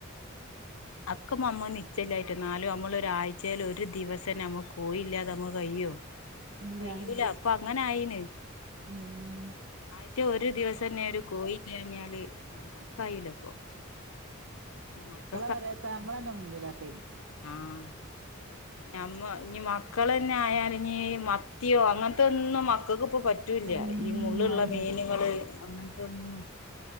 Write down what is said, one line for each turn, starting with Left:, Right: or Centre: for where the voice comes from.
Left: അക്ക നമ്മ നിച്ച ഇല്ലാഞ്ഞിട്ടാ എന്നാലും നമ്മള് ഒരാഴ്ച്ചേല് ഒരു ദിവസം നമ്മുക്ക് കോയില്ലാതെ നമ്മക്ക് കയിയോ
Right: ഇല്ലാന്നെ
Left: കയ്യൂല ഇപ്പൊ അങ്ങനെ ആയീണ്
Right: ഉം.
Left: <unintelligible> ഒരു ദിവസന്നെ ഒരു കോയി ഇല്യാഞ്ഞാല് നമ്മ കഴിയൂല ഇപ്പൊ. ഇനി മക്ക
Right: ഒന്നറിയാത്ത നമ്മള അതിൻ്റെ മുന്നിലാ ഇപ്പയിന്.
Left: ആഹ് ഞമ്മ ഇഞ്ഞിമക്കളെന്നെ ആയാല് ളഞ്ഞി മത്തിയോ അങ്ങനത്തൊന്നും മക്കക്ക് ഇപ്പോ പറ്റൂല്ലൃ.
Right: ഉം
Left: ഈ മുള്ളുള്ള
Right: അതന്നെ
Left: മീന്കൾ അങ്ങൻത്തൊന്നും